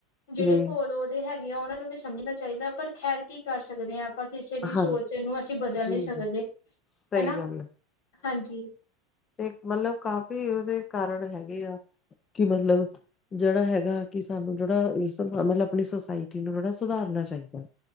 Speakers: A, on the left (about 65°); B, on the left (about 20°).
A: ਜੇੜੇ
B: ਜੀ।
A: ਹੋਰ ਲੋ ਦੇ ਹੈਗੇ ਆ ਓਨਾਂ ਨੂੰ ਵੀ ਸਮਝਣਾ ਚਾਈਦੈ ਪਰ ਖੈਰ ਕੀ ਕਰ ਸਕਦੇ ਆ। ਆਪਾਂ ਕਿਸੇ ਦੀ
B: ਹਾਂਜੀ
A: ਸੋਚ ਨੂੰ ਅਸੀਂ ਬਦਲ
B: ਜੀ
A: ਨੀ ਸਕਦੇ।
B: ਜੀ ਸਹੀ
A: ਹੈਨਾ,
B: ਗੱਲ ਹੈ।
A: ਹਾਂਜੀ।
B: ਤੇ ਮਤਲਬ ਕਾਫ਼ੀ ਓਦੇ ਕਾਰਣ ਹੈਗੇ ਆ ਕਿ ਮਤਲਬ ਜੇੜਾ ਹੈਗਾ ਕਿ ਸਾਨੂੰ ਜੇੜਾ ਇਸ ਮਤਲਬ ਆਪਣੀ ਸੋਸਾਇਟੀ ਨੂੰ ਥੋੜਾ ਸੁਧਾਰਨਾ ਚਾਈਦੈ।